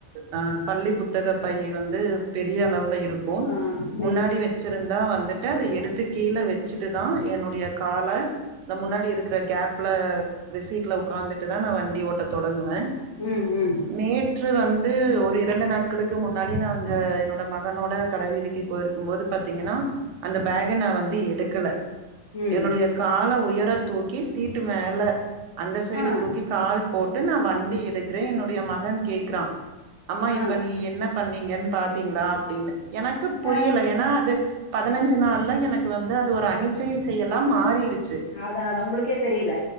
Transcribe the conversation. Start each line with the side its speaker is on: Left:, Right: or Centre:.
Right: அ பள்ளி புத்தக பை வந்து பெரிய அளவுல இரு கோன்
Left: ஆ ரைட்டு
Right: முன்னாடி வச்சிருந் தா வந்துட்டு அத எடுத்து கீழ வச்சுட்டுதா என்னுடைய கால இந்த முன்னாடி இருக்கிற கேப்ல விசீட்ல உட்கார்ந்துட்டுதா நா வண்டி ஓட்ட தொடங்குவே
Left: ம் ம்
Right: நேற்று வந் து ஒரு இரண்டு நாட்களுக்கு முன்னாடி நாங்க என்னோட மகனோட கடவீதிக்கு போயிருக்கும்போது பாத்தீங்கன்னா அந்த பேக்க நா வந்து எடுக்கல
Left: ம்
Right: என்னுடைய கால உயரத் தூக்கி சீட்டு மேல அந்த சைடு
Left: ஆ
Right: தூக்கி கால் போட்டு நா வண்டி எடுக்கிறே என்னுடைய மகன் கேக்குறா அம்மா
Left: ஆ
Right: இப்ப நீ என்ன பண்ணீங்கன்னு திங்ளா அப்படின்னு எனக்கு புரியல
Left: ஆ
Right: ஏன்னா அது பதினஞ்சு நாள்ல எனக்கு வந்து அது ஒரு அனிச்சை செயலா மாறிருச்
Left: அதா அதா உங்களுக்கே தெரில